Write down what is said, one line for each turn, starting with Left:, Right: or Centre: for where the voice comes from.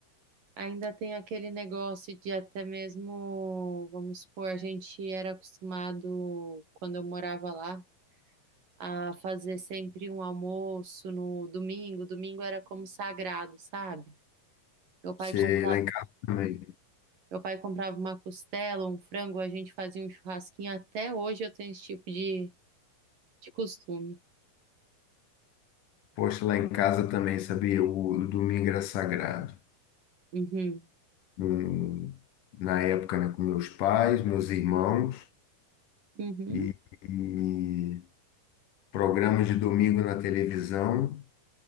Right: ainda tem aquele negócio de até mesmo, vamos supor, a gente era acostumado, quando eu morava lá, a fazer sempre um almoço no domingo. Domingo era como sagrado, sabe? Meu pai,
Left: Você
Right: comp-
Left: lá em casa também.
Right: meu pai comprava uma costela, um frango, a gente fazia um churrasquinho. Até hoje eu tenho esse tipo de, de costume.
Left: Poxa, lá em casa também, sabia? O domingo era sagrado.
Right: Uhum.
Left: Hum, na época, né, com meus pais, meus irmãos
Right: Uhum.
Left: e, e programas de domingo na televisão